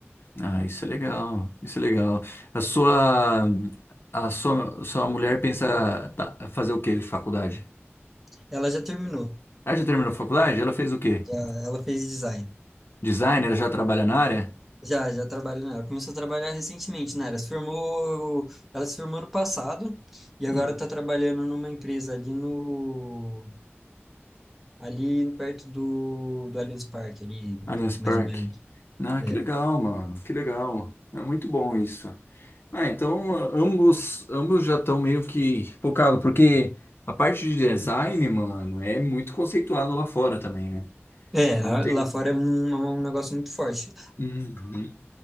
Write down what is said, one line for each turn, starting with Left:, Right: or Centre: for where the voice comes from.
Left: Ah, isso é legal, isso é legal. A sua, a sua, a sua mulher pensa tá, fazer o quê de faculdade?
Centre: Ela já terminou,
Left: Ela já terminou a faculdade? Ela fez o quê?
Centre: já, ela fez design.
Left: Designer? Ela já trabalha na área?
Centre: Já, já trabalho nela. Começou a trabalhar recentemente, né? Ela se formou, ela se formou ano passado e agora
Left: Hum,
Centre: está trabalhando numa empresa ali no, ali perto do, do Allianz Parque, ali,
Left: Allianz Park.
Centre: mais ou menos.
Left: Ah,
Centre: É.
Left: que legal, mano, que legal. É muito bom isso. Ah, então a- ambos, ambos já estão meio que focados, porque a parte de design, mano, é muito conceituado lá fora também, né?
Centre: É,
Left: Não
Centre: lá
Left: tem.
Centre: fora é um, é um negócio muito forte.
Left: Uhum.